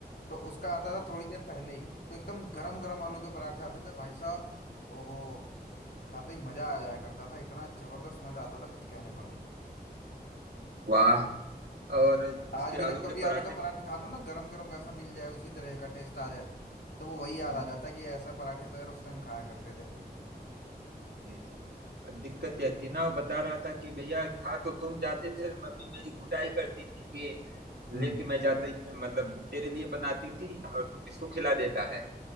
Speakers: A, on the left (about 85°); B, on the right (about 80°).
A: तो उसका आता था थोड़ी देर पहले ही तो एकदम गरम गरम आलू के पराठे आते थे भाई साहब ओहो खाते ही मजा आ जाया करता था इतना जबरदस्त मजा आता था कुछ कहने को नहीं
B: वाह
A: हाँ।
B: और उसके
A: आज भी जब
B: आलू के
A: कभी आलू
B: पराठे
A: का पराठा खा लो ना गरम गरम वैसा मिल जाए उसी तरह का टेस्ट आ जाए तो वो वही याद
B: हम्म,
A: आ जाता है कि ऐसा पराठे तो यार उस टाइम खाया करते थे
B: जी जी दिक्कत यह थी ना वो बता रहा था कि भैया खा तो तुम जाते थे मम्मी मेरी कुटाई करती थी कि
A: हम्म
B: लेके मैं जाता ही मतलब तेरे लिए बनाती थी और तू किसको खिला देता है